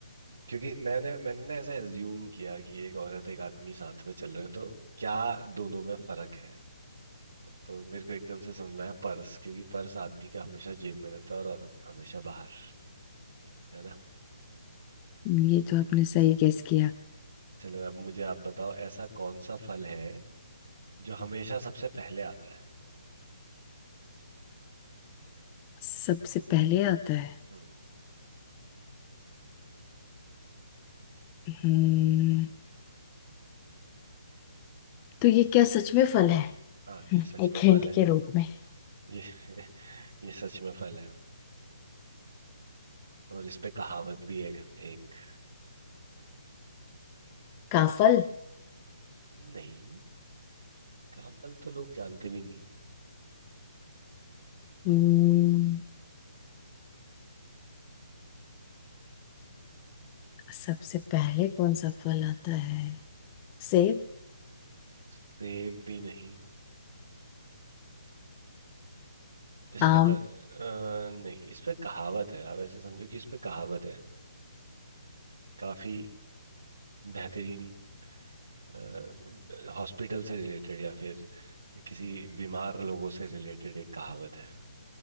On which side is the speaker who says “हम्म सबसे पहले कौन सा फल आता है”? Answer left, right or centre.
Left